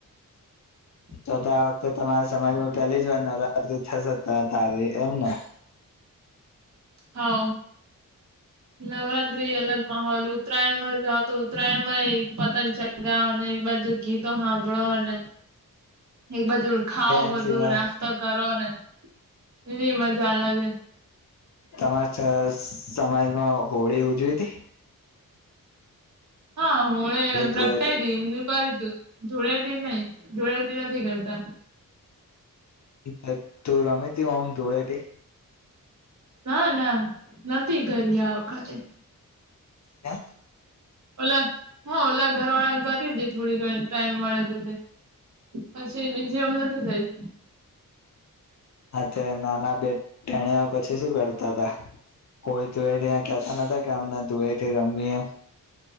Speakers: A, on the right (about 55°); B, on the left (about 55°).
A: <inaudible>
B: તો તો આ વખતે તમારે સમાજમાં પેલી જ વાર નવરાત્રી થશે. તો તો આવી એમને.
A: હા. નવરાત્રી અલગ માહોલ. ઉત્તરાયણમાં જાઓ તો ઉત્તરાયણમાં એક પતંગ ચગાવ અને જો ગીતો સાંભળો ન. એક બા ખાઓ
B: એના
A: બધું
B: સિવાય
A: નાસ્તો કરો ન એની મજા અલગ.
B: તમાર સ સમાજમાં હોળી ઉજવી તી?
A: હા, હોળી પ્રગટાયતી
B: ધૂળેટી
A: એવુ કર્યુ તું. ધુળેટી નઈ ધુળેટી નથી કરતા.
B: <unintelligible> તો રમે તે આમ ધુળેટી?
A: ના, ના નથી કરી આ વખતે.
B: કેમ?
A: ઓલા, હન ઓલા ઘરવાળા કરી તી થોડી ઘણી ટાઈમ મળે તો પછી બીજી એમ નથી કરી.
B: અત્યારે નાના બે ટેણીયાઓ પછી શું કરતા તા? કોઈ ધુ થી કેતા નતા કે અમને ધુવે થી રમીએ?